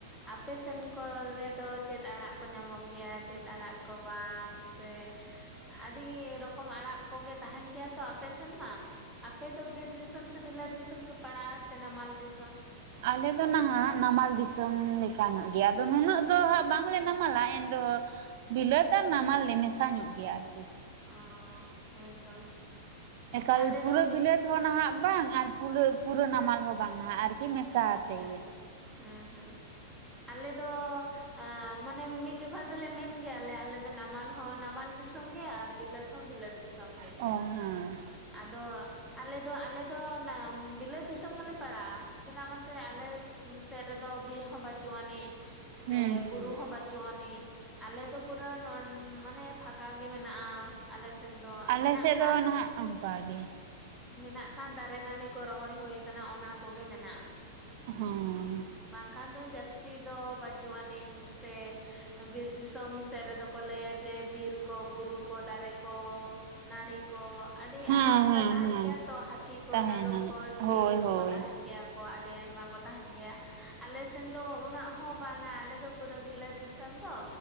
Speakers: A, in the centre; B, on the right (about 55°).
A: ᱟᱯᱮ ᱥᱮᱱ ᱠᱚ ᱨᱮᱫᱚ ᱪᱮᱫ ᱟᱲᱟᱜ ᱠᱚ ᱧᱟᱢᱚᱜ ᱜᱮᱭᱟ ᱪᱮᱫ ᱟᱲᱟᱜ ᱠᱚ ᱵᱟᱝ ᱥᱮ? ᱟᱹᱰᱤ ᱜᱮ ᱨᱚᱠᱚᱢ ᱟᱲᱟᱜ ᱠᱚᱜᱮ ᱛᱟᱦᱮᱱ ᱜᱮᱭᱟ ᱛᱚ ᱟᱯᱮ ᱥᱮᱱ ᱢᱟ ᱟᱯᱮ ᱫᱚ ᱵᱤᱨ ᱫᱤᱥᱚᱢ ᱥᱮ ᱵᱤᱞᱟᱹ ᱫᱤᱥᱚᱢ ᱯᱮ ᱯᱟᱲᱟᱜᱼᱟ ᱥᱮ ᱱᱟᱢᱟᱞ ᱫᱤᱥᱚᱢ?
B: ᱟᱞᱮ ᱫᱚ ᱱᱟᱦᱟᱸᱜ ᱱᱟᱢᱟᱞ ᱫᱤᱥᱚᱢ ᱞᱮᱠᱟ ᱧᱚᱜ ᱜᱮᱭᱟ ᱟᱫᱚ ᱱᱩᱱᱟᱹᱜ ᱫᱚ ᱦᱟᱸᱜ ᱵᱟᱝᱞᱮ ᱱᱟᱢᱞᱟ ᱮᱱᱨᱮᱦᱚᱸ᱾ ᱵᱤᱞᱟᱹᱛ ᱟᱨ ᱱᱟᱢᱟᱞ ᱞᱮ ᱢᱮᱥᱟ ᱧᱚᱜ ᱜᱮᱭᱟ ᱟᱨᱠᱤ᱾
A: ᱚ ᱦᱮᱸᱛᱚ
B: ᱮᱠᱟᱞ
A: ᱟᱞᱮ
B: ᱯᱩᱨᱟᱹ
A: ᱫᱚ
B: ᱵᱤᱞᱟᱹᱛ ᱦᱚᱸ ᱱᱟᱦᱟᱸᱜ ᱵᱟᱝ ᱟᱨ ᱯᱟᱹ ᱯᱩᱨᱟᱹ ᱱᱟᱢᱟᱞ ᱦᱚᱸ ᱵᱟᱝ ᱱᱟᱦᱟᱸᱜ ᱟᱨ ᱠᱤ ᱢᱮᱥᱟ
A: ᱦᱮᱸ
B: ᱟᱛᱮ
A: ᱦᱮᱸ
B: ᱜᱮ᱾
A: ᱦᱮᱸ ᱦᱮᱸ ᱟᱞᱮ ᱫᱚ ᱟᱸ ᱢᱟᱱᱮ ᱢᱤᱢᱤᱫ ᱡᱚᱠᱷᱟ ᱫᱚᱞᱮ ᱢᱮᱱ ᱜᱮᱭᱟᱞᱮ ᱟᱞᱮ ᱫᱚ ᱱᱟᱢᱟᱞ ᱦᱚᱸ ᱱᱟᱢᱟᱞ ᱫᱤᱥᱚᱢ ᱜᱮ ᱟᱨ ᱵᱤᱞᱟᱹᱛ ᱛᱚ ᱵᱤᱞᱟᱹᱛ ᱫᱤᱥᱚᱢᱚᱢ ᱜᱮ᱾
B: ᱚ ᱦᱮᱸ,
A: ᱟᱫᱚ ᱟᱞᱮ ᱫᱚ ᱟᱞᱮ ᱫᱚ ᱚᱱᱟ ᱵᱤᱞᱟᱹᱛ ᱫᱤᱥᱚᱢ ᱜᱮᱞᱮ ᱯᱟᱲᱟᱜᱼᱟ᱾ ᱪᱮᱫᱟᱜ ᱢᱟᱥᱮ ᱟᱞᱮ ᱥᱮᱫ ᱨᱮᱫᱚ ᱵᱤᱨ ᱦᱚᱸ ᱵᱟᱪᱩᱜ ᱟᱹᱱᱤᱡ ᱥᱮ
B: ᱦᱩᱸ ᱦᱩᱸ
A: ᱵᱩᱨᱩ ᱦᱚᱸ ᱵᱟᱪ ᱚᱪᱩᱜ ᱟᱹᱱᱤᱡ ᱟᱞᱮ ᱫᱚ ᱯᱩᱨᱟᱹ ᱢᱟᱱᱮ ᱯᱷᱟᱠᱟ ᱜᱮ ᱢᱮᱱᱟᱜᱼᱟ᱾ ᱟᱞᱮ ᱥᱮᱱ ᱫᱚ
B: ᱟᱞᱮ
A: ᱢᱮᱱᱟᱜ
B: ᱥᱮᱫ
A: ᱠᱷᱟᱱ
B: ᱫᱚ ᱱᱟᱦᱟᱜ ᱚᱱᱠᱟ
A: <inaudible>
B: ᱜᱮ
A: ᱢᱮᱱᱟᱜ ᱠᱷᱟᱱ ᱫᱟᱨ ᱫᱟᱨᱮ ᱱᱟᱹᱲᱤ ᱠᱚ ᱨᱚᱦᱚᱭ ᱦᱩᱭ ᱟᱠᱟᱱᱟ ᱚᱱᱟ ᱠᱚᱜᱮ ᱢᱮᱱᱟᱜᱼᱟ᱾
B: ᱦᱚᱸ
A: ᱵᱟᱝᱠᱷᱟᱱ ᱫᱚ ᱡᱟᱹᱥᱛᱤ ᱫᱚ ᱵᱟᱹᱪᱩᱜ ᱟᱹᱱᱤᱡ ᱥᱮ, ᱵᱤᱨ ᱫᱤᱥᱚᱢ ᱥᱮᱫ ᱨᱮᱫᱚ ᱠᱚ ᱞᱟᱹᱭᱟ ᱡᱮ ᱵᱤᱨ ᱠᱚ ᱵᱩᱨᱩ ᱠᱚ ᱫᱟᱨᱮ ᱠᱚ, ᱱᱟᱹᱲᱤ ᱠᱚ ᱟᱹᱰᱤ
B: ᱦᱮᱸ
A: ᱟᱢᱫᱟ
B: ᱦᱮᱸ
A: ᱛᱟᱦᱮᱱ
B: ᱦᱮᱸ
A: ᱜᱮᱭᱟ ᱛᱚ ᱦᱟᱹᱛᱤ ᱠᱚ
B: ᱛᱟᱦᱮᱱᱟ
A: ᱛᱟᱹᱨᱩᱵ ᱠᱚ ᱡᱤᱭᱟᱹᱞᱤ
B: ᱦᱳᱭ
A: ᱠᱚᱠᱚ
B: ᱦᱳᱭ
A: ᱛᱟᱦᱮᱱ ᱜᱮᱭᱟ᱾ ᱠᱚ ᱟᱹᱰᱤ ᱟᱭᱢᱟ ᱠᱚ ᱛᱟᱦᱮᱸᱱ ᱜᱮᱭᱟ᱾ ᱟᱞᱮ ᱥᱮᱱ ᱫᱚ ᱩᱱᱟᱹᱜ ᱦᱚᱸ ᱵᱟᱝ-ᱟ ᱟᱞᱮ ᱫᱚ ᱯᱩᱨᱟᱹ ᱵᱤᱞᱟᱹᱛ ᱫᱤᱥᱚᱢ ᱛᱚ